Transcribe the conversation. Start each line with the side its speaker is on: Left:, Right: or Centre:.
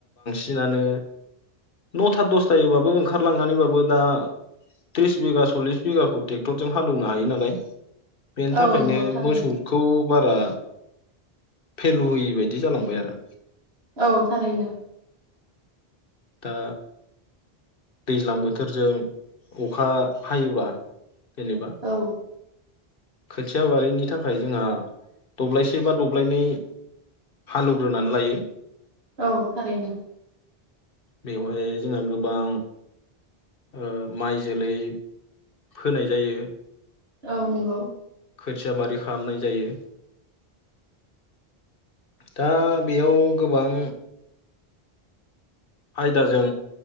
Left: दिनानो नथा दसथायैबाबो ओंखारलांनानैबाबो दा थ्रिस बिगा सल्लिस बिगाखौ ट्रेक्टरजों हालोवनो हायो नालाय। बेनि थाखायनो
Right: औ नंगौ थारैनो
Left: मोसौखौ बारा फेलु होयि बायदि जालांबाय आरो।
Right: औ थारैनो।
Left: दा दैज्लां बोथोरजों अखा हायोबा जेनेबा।
Right: औ
Left: खोथिया बारिनि थाखाय जोंहा दब्लायसे बा दब्लायनै हालेवग्रोनानै लायो।
Right: औ थारैनो।
Left: बेवहाय जोंहा गोबां ओ माइ जोलै फोनाय जायो।
Right: औ नंगौ।
Left: खोथिया बारि खालामनाय जायो। दा बेयाव गोबां आयदाजों